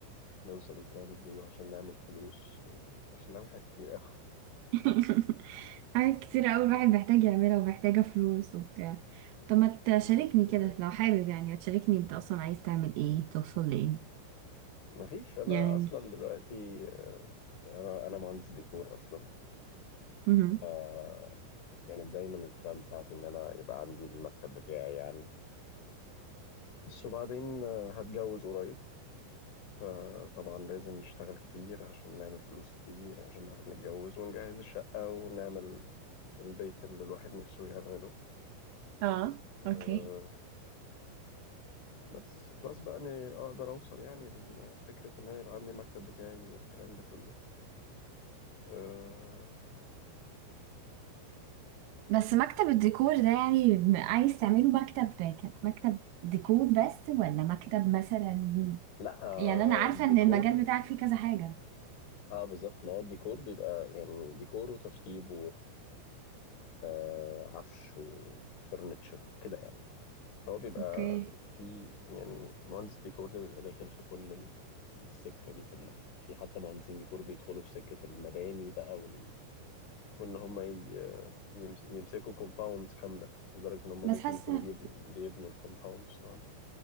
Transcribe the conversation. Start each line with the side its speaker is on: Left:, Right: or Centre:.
Left: نوصل البلانز دي وعشان نعمل فلوس وعشان نعمل حاجات كتير قوي
Right: <laughs> حاجات كتير قوي الواحد محتاج يعملها ومحتاجة فلوس وبتاع طب ما تشاركني
Left: <laughs> دي
Right: كده
Left: حقيقة
Right: لو حابب يعني تشاركني انت اصلا عايز تعمل ايه توصل لايه
Left: مفيش انا
Right: يعني
Left: اصلا دلوقتي انا انا مهندس ديكور اصلا
Right: مهم.
Left: فكانت دايما البلان بتاعتي ان انا يبقى عندي المكتب بتاعي يعني بس وبعدين آه، هتجوز قريب فطبعا لازم نشتغل كتير عشان نعمل فلوس كتير عشان نعرف نتجوز ونجهز الشقة ونعمل البيت اللي الواحد نفسه يعمله
Right: اه
Left: آه،
Right: اوكي
Left: بس بلس بقى اني اقدر اوصل يعني لفكرة ان انا يبقى عندي المكتب بتاعي والكلام ده كله آه،
Right: بس مكتب الديكور ده يعني عايز تعمله مكتب كان- مكتب ديكور بس ولا مكتب مثلا
Left: لا آه،
Right: يعني انا عارفه
Left: الديكور
Right: ان المجال بتاعك فيه كذا حاجه
Left: اه بالظبط ما هو الديكور بيبقى يعني ديكور وتشطيب وعفش وفرنتشر وكده يعني فهو بيبقى
Right: اوكي
Left: في يعني مهندس ديكور ده بيبقى داخل في كل ال- السكة دي كلها في حتى مهندسين ديكور بيدخلوا في سكة المباني بقى وال... وإن هم ي- يمس... يمسكوا كومباوندز كاملة لدرجة إن هم
Right: بس
Left: ممكن
Right: حاسه
Left: يكونوا بيبنوا بيبنوا الكومباوندز فاهمة؟